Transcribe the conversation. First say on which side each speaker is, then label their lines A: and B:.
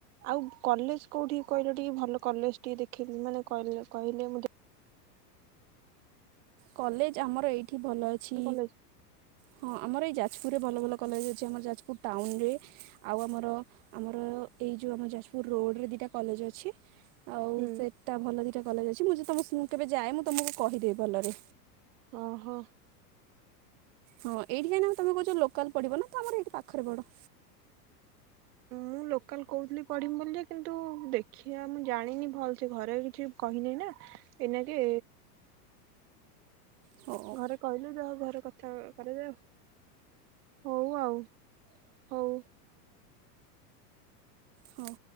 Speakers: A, on the right; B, on the right.
A: ଆଉ କଲେଜ କୋଉଠିକି କହିଲ ଟିକେ ଭଲ କଲେଜ ଟିକେ ଦେଖିଲି ମାନେ କହିଲ କହିଲେ ମୁଁ
B: କଲେଜ ଆମର ଏଇଠି ଭଲ ଅଛି
A: କଲେଜ
B: ହଁ ଆମର ଏଇ ଯାଜପୁରରେ ଭଲ ଭଲ କଲେଜ ଅଛି ଆମର ଯାଜପୁର ଟାଉନରେ ଆଉ ଆମର ଆମର ଏଇ ଯୋଉ ଆମ ଯାଜପୁର ରୋଡ଼ରେ ଦିଟା କଲେଜ ଅଛି ଆଉ
A: ହୁଁ
B: ସେଟା ଭଲ ଦିଟା କଲେଜ ଅଛି ମୁଁ ତମ ସ୍କୁଲ କେବେ ଯାଏ ମୁଁ ତମକୁ କହିଦେବି ଭଲରେ
A: ଓ ହୋ
B: ହଁ ଏଇଠି କାହିଁକି ତମେ କହୁଛ ଲୋକାଲ ପଡିବ ନା ତ ଆମର ଏଇଠି ପାଖରେ ବଡ
A: ମୁଁ ଲୋକାଲ କହୁଥିଲି ପଢିମି ବୋଲି କିନ୍ତ ତୁ ଦେଖିବା ମୁଁ ଜାଣିନି ଭଲ ସେ ଘରେ କିଛି କହିନି ନା ଏଇନାକେ
B: ହଉ
A: ଘରେ କହିଲେ ଯାହା ହବ ପରେ କଥା ହେବା ହଉ ଆଉ ହଉ
B: ହୁଁ